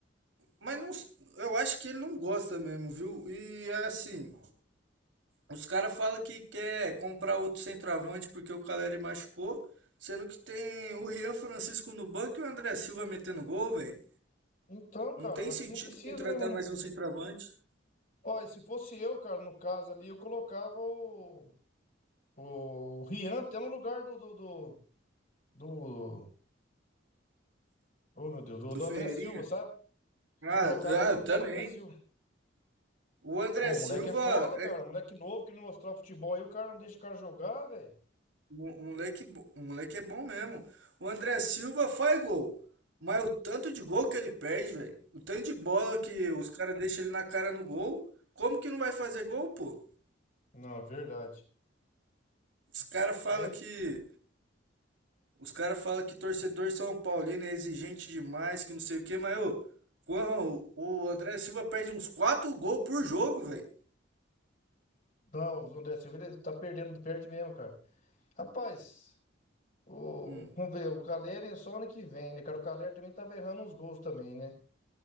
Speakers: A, on the right; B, on the left.
A: Mas não, eu acho que ele não gosta mesmo, viu? E é assim, os caras falam que quer comprar outro centroavante porque o Caleri machucou, sendo que tem o Rian Francisco no banco e o André Silva metendo gol, velho.
B: Então, cara,
A: Não tem
B: eu acho
A: sentido
B: que não precisa
A: contratar
B: mesmo, não.
A: mais um centroavante
B: Ó, e se fosse eu, cara, no caso ali, eu colocava o, o Rian até no lugar do, do do- Do. Oh, meu Deus, do,
A: do
B: do
A: Ferreirinha.
B: André Silva, sabe?
A: Ah,
B: Eu colocava ele
A: ah, eu
B: no lugar
A: também.
B: do André Silva.
A: O André
B: Ô, o
A: Silva.
B: moleque é foda, cara.
A: é,
B: Moleque novo, querendo mostrar futebol aí, o cara não deixa o cara jogar, velho.
A: O, o moleque, bo- o moleque é bom mesmo. O André Silva faz gol. Mas o tanto de gol que ele perde, velho. O tanto de bola que os caras deixam ele na cara no gol. Como que não vai fazer gol, pô?
B: Não, verdade.
A: Os caras falam
B: É?
A: que. Os caras falam que torcedor São Paulino é exigente demais, que não sei o quê, mas ô, quando o André Silva perde uns 4 gols por jogo, velho.
B: Não, o André Silva ele tá perdendo, ele perde mesmo, cara. Rapaz, o,
A: Hum.
B: vamos ver, o Calleri é só ano que vem, né, cara? O Calleri também tava errando uns gols também, né?